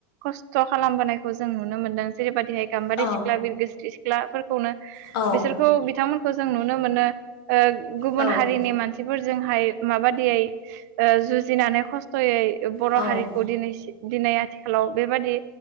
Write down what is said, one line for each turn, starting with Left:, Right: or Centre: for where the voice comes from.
Right: खस्थ' खालामबोनायखौ जों नुनो मोनदों जेरैबायदि गाम्बारि
Left: औ
Right: सिख्ला बिरगोस्रि सिख्लाफोरखौनो
Left: औ
Right: बिसोरखौ बिथांमोनखौ जों नुनो मोनो ओ गुबुन
Left: औ
Right: हारिनि मानसि फोरजोंहाय माबादियै ओ जुजिनानै खस्थ'यै बर'
Left: औ
Right: हारिखौ दिनै दिनै आथिखालाव बेबादि